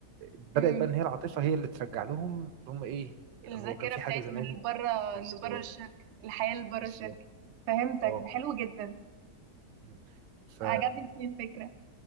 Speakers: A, on the right; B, on the right.
A: بدات
B: أمم.
A: بقى ان هي العاطفه هي اللي ترجع لهم اللي هم ايه
B: الذاكرة
A: هو كان في
B: بتاعتهم
A: حاجه زمان
B: اللي بره
A: بالظبط
B: اللي بره الشركة الحياة اللي بره
A: بالظبط
B: الشركة فهمتك
A: اه
B: ده حلو جدا
A: مم. ف
B: عجبتني الفكرة